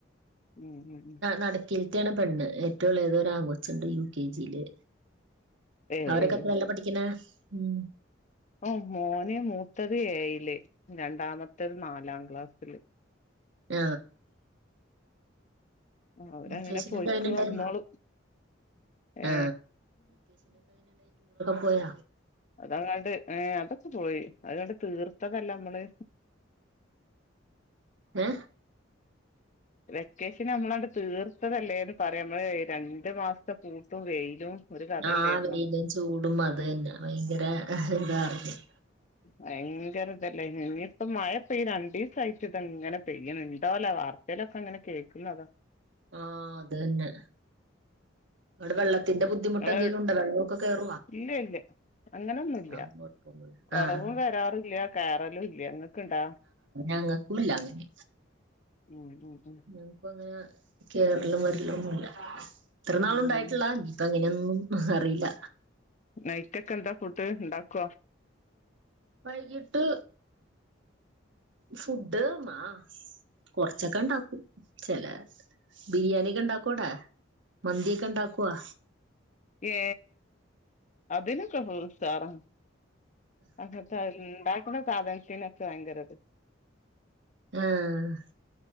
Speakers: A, on the left (about 40°); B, on the right (about 70°).
A: ഉം ഉം ഉം
B: നടിക്കിലതോണ് പെണ്ണ് ഏറ്റവും ഇളതെ ഒരു ആണ്ണ് കൊച്ചുണ്ട യു കെ ജിയില്
A: ഏഹ്
B: അവരൊക്കെ
A: ഏഹ്
B: എത്രല്ല പഠിക്കണ ഉം
A: ഓ മോന് മൂത്തത് ഏഴില് രണ്ടാമത്തത് നാലാം ക്ലാസ്സില്
B: ആ
A: അവരങ്ങനെ
B: വെക്കേഷനൊക്കെ
A: പോയിക്ക്
B: എങ്ങനെ ഉണ്ടായി
A: വന്നോളും ഏ
B: ആ പോയ
A: അതാങ്ങണ്ട് ഏ അതൊക്കെ പോയി അത കണ്ട് തീർ ഇത്തതല്ല നമ്മള്
B: എ
A: വെക്കേഷൻ നമ്മളണ്ട് തീർത്തതല്ലേന്ന് പറയാം നമ്മള് രണ്ടു മാസത്തെ പൂട്ടും വെയിലും. ഒരു കഥയല്ലായിരുന്നോ
B: ആ വെയിലും ചൂടും അത് തന്നെ ഭയങ്കര ആ
A: ഉം
B: എന്താ പറയല്ല
A: ഭയങ്കര ഇതല്ലേ ഇനിയിപ്പോ മഴ പെയ്യണ്ട രണ്ടു ദിവസയിട്ട് ഇതങ്ങനെ പെയ്യൻ നണ്ടോല വാർ എന്തലൊക്കെ അങ്ങനെ കേൾക്കുന്ന അത്
B: ആ അത് തന്നെ അവിടെ വെള്ളത്തിന്റെ ബുദ്ധിമുട്ട്
A: ഇങ്ങള്
B: എന്തെങ്കിലും ഉണ്ടോ വെള്ളമൊക്കെ കേറ
A: ഇല്ല ഇല്ല അങ്ങനൊന്നുമില്ല
B: അതൊന്നും കുഴപ്പൊന്നുല്ല
A: കൊറവും
B: ആഹ്
A: വരാറില്ല കേറലും ഇല്ല ഇങ്ങക്ക ഇണ്ടാ
B: ഞങ്ങക്കുല്ല അങ്ങനെ
A: ഉം ഉം ഉം
B: ഞങ്ങക്കും അങ്ങനെ കേറാലും വരില്ലൊന്നുമില്ല ഇത്ര നാളും
A: ഉം
B: ഉണ്ടായിട്ടില്ല
A: ഉം
B: ഇ ഇപ്പ എങ്ങന എങ്ങന്നെനും അറിയില്ല
A: നൈറ്റൊക്കെ എന്താ ഫുഡ് <unintelligible>
B: വൈകിട്ട് ഫുഡ് മാസ് കൊറച്ചൊക്കെ ഇണ്ടാക്കും ചെല ബിരിയാണി ഒക്കെ ഇണ്ടാക്കു അവിടെ മന്തിയൊക്കെ ഇണ്ടാക്കുവാ
A: ഏ അതിനൊക്കെ നമ്മൾ ഉസാറാ അതക്ക ഇണ്ടാക്കുന്ന സാധനത്തിനെക്ക് ഭയങ്കരത്
B: ആഹ്